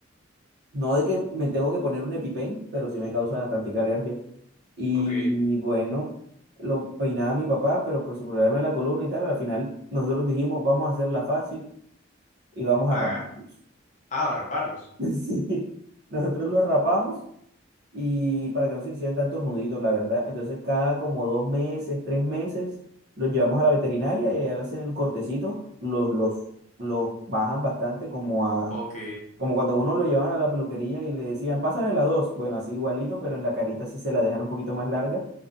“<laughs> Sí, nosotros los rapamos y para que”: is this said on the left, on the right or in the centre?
Right